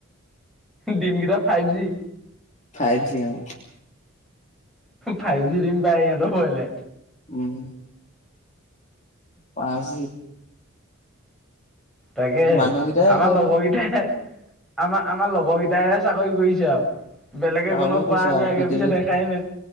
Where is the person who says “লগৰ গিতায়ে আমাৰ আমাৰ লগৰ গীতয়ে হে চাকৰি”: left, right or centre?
Centre